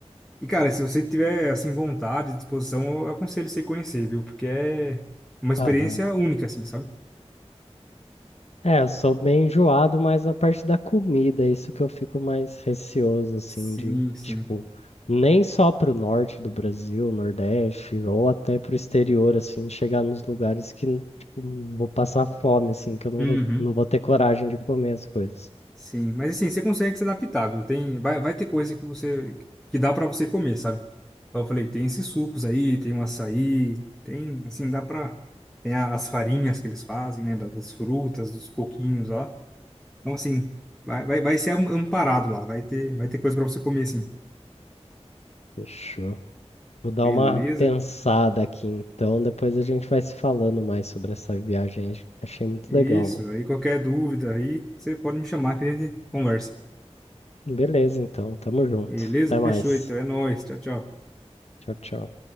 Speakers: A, in the centre; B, on the left.
A: E, cara, se você tiver, assim, vontade, disposição, eu aconselho você conhecer, viu? Porque é uma experiência
B: Aham.
A: única, assim, sabe?
B: É, eu sou bem enjoado, mas na parte da comida, é isso que eu fico mais receoso, assim,
A: Sim,
B: de,
A: sim.
B: tipo, nem só pro norte do Brasil, Nordeste, ou até pro exterior, assim, chegar nos lugares que, tipo, vou passar fome, assim, que eu não
A: Uhum.
B: vou, não vou ter coragem de comer as coisas.
A: Sim, mas assim, você consegue se adaptar, viu? Tem, vai, vai ter coisa que você que dá pra você comer, sabe? Então eu falei, tem esses sucos aí, tem o açaí, tem, assim, dá pra tem a- as farinhas que eles fazem, né, da- das frutas, dos coquinhos lá. Então assim, vai, vai, vai ser am- amparado lá, vai ter, vai ter coisa pra você comer sim.
B: Fechou. Vou dar
A: Beleza?
B: uma pensada aqui, então, depois a gente vai se falando mais sobre essa viagem. Achei muito
A: Isso,
B: legal, mano.
A: aí qualquer dúvida aí, você pode me chamar que a gente conversa.
B: Beleza, então, tamo junto.
A: Beleza?
B: Até
A: Fechou,
B: mais.
A: então é nóis. Tchau, tchau.
B: Tchau, tchau.